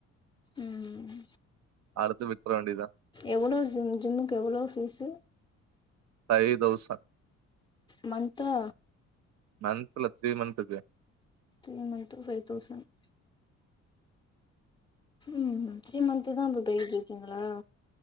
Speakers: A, on the left; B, on the right.
A: ம்
B: அடுத்து விட் போ வேண்டியதா
A: எவ்வளோ ஜிம் ஜிம்முக்கு எவ்வளோ ஃபீசு
B: ஃபையிதோஸண்ட்
A: மந்தா
B: மந்த்தல த்ரீ மன்த்க்கு
A: த்ரீ மந்த்துக்கு ஃபயிவ் தௌசண்ட் ம் ம் த்ரீ மந்த் தா இப்ப பேய்கிட் இருக்கீங்களா